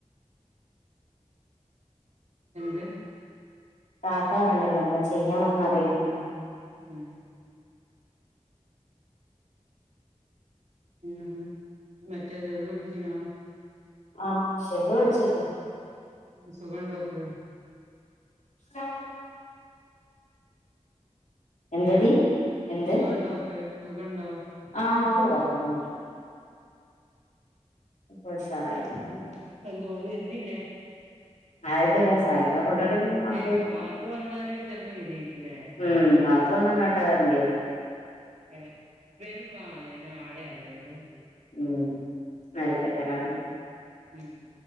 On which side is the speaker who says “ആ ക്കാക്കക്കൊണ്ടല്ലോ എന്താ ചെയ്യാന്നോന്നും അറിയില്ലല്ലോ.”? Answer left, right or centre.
Left